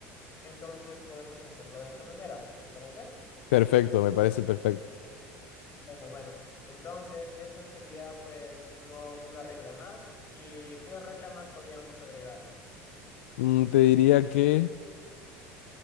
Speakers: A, on the left; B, on the left.
A: entonces podemos hacerlo de esta manera. ¿Te parece?
B: Perfecto, me parece perfecto.
A: Bueno, bueno, entonces esa sería pues uno, una regla más. ¿Y qué regla más podríamos agregar?
B: Mm, te diría que